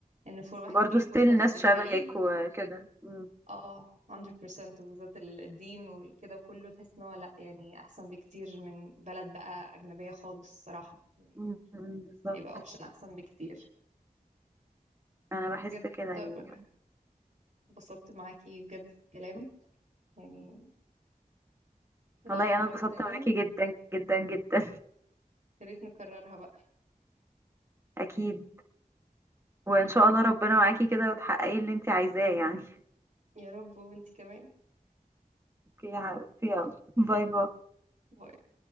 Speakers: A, on the right; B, on the right.
A: ان فور واحد
B: برضه
A: يجيله
B: ستيل
A: فرصه في
B: ناس
A: الخليج
B: شبهك وكده أمم،
A: اه 100% بالذات ال- الدين وكده وكله تحس ان هو لا يعني احسن بكتير من بلد بقى اجنبيه خالص الصراحه يعني
B: أمم، أمم، بالظبط
A: هيبقى اوبشن احسن بكتير
B: انا بحس
A: بجد
B: كده يعني
A: طب اتبسطت معاكي بجد في الكلام يعني تتعوض
B: والله انا
A: مرة
B: اتبسطت
A: تانية
B: معاكي جدا جدا جدا
A: يا ريت نكررها بقى
B: <laughs> اكيد وان شاء الله ربنا معاكي كده وتحققي اللي انت عايزاه يعني
A: يا رب وانتي كمان
B: اوكي يا حبيبتي يلا باي باي
A: باي